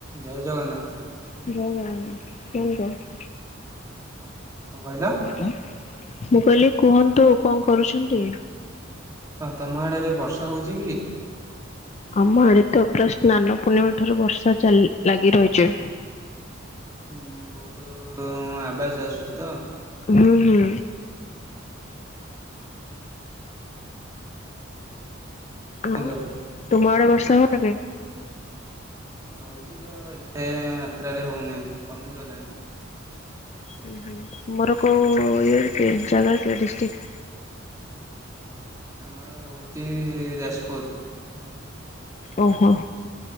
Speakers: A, on the right (about 15°); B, on the left (about 35°).
A: ଜୟ ଜଗନ୍ନାଥ।
B: ଜୟ ଜଗନ୍ନାଥ କୁହନ୍ତୁ।
A: କଁ କହିଲ।
B: ମୁଁ କହିଲି କୁହନ୍ତୁ କଣ କରୁଛନ୍ତି।
A: କଁ ତମ ଆଡେ ଏବେ ବର୍ଷା ହଉଛି କି।
B: ଆମ ଆଡେ ତ ପୁରା ସ୍ନାନ ପୂର୍ଣ୍ଣିମା ଠାରୁ ବର୍ଷା ଚାଲି ଲାଗି ରହିଛି।
A: ହୁଁ ବହୁତ ଆବାଜ ଆସୁଛି ତ।
B: ହୁଁ ହୁଁ। ବୋଉ
A: ହ୍ୟାଲୋ।
B: ତୁମ ଆଡେ ବର୍ଷା ହୋଉନି କି?
A: ହଁ ହୋଉଚି ତ ଏତେ ମାତ୍ରାରେ ହ ହୋଉନାହିଁ କମିଗଲାଣି।
B: ହୁଁ ହୁଁ ତୁମର କେଉ ଇଏ କି ସେଇଠି ଜାଗ କେ ଡିଷ୍ଟ୍ରିକ୍।
A: ଆମର ରହୁଚି ଯାଜପୁର।
B: ଓହୋ